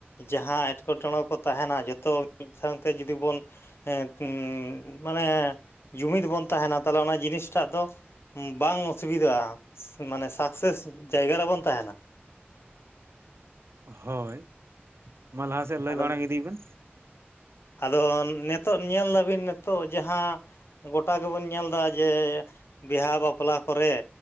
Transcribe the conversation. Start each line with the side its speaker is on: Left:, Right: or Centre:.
Left: ᱡᱟᱦᱟᱸ ᱮᱴᱠᱮᱴᱚᱬᱮ ᱠᱚ ᱛᱟᱦᱮᱱᱟ ᱡᱚᱛᱚ ᱢᱤᱫ ᱥᱟᱶᱛᱮ ᱡᱩᱫᱤ ᱵᱚᱱ ᱦᱮᱸ ᱢᱟᱱᱮ ᱡᱩᱢᱤᱫ ᱵᱚᱱ ᱛᱟᱦᱮᱱᱟ ᱛᱟᱦᱚᱞᱮ ᱚᱱᱟ ᱡᱤᱱᱤᱥᱴᱟᱜ ᱫᱚ ᱵᱟᱝ ᱚᱥᱩᱵᱤᱫᱟᱜ-ᱟ ᱢᱟᱱᱮ ᱥᱟᱠᱥᱮᱥ ᱡᱟᱭᱜᱟ ᱨᱮᱵᱚᱱ ᱛᱟᱦᱮᱱᱟ᱾
Right: ᱦᱳᱭ ᱢᱟ ᱞᱟᱦᱟ ᱥᱮᱫ ᱞᱟᱹᱭ
Left: ᱟᱫᱚ
Right: ᱢᱟᱲᱟᱝ ᱤᱫᱤ ᱵᱮᱱ
Left: ᱟᱫᱚ ᱱᱤᱛᱚᱜ ᱧᱮᱞ ᱫᱟᱵᱤᱱ ᱱᱤᱛᱚᱜ ᱡᱟᱦᱟᱸ ᱜᱚᱴᱟ ᱜᱮᱵᱚᱱ ᱧᱮᱞᱫᱟ ᱡᱮ ᱵᱤᱦᱟ ᱵᱟᱯᱞᱟ ᱠᱚᱨᱮ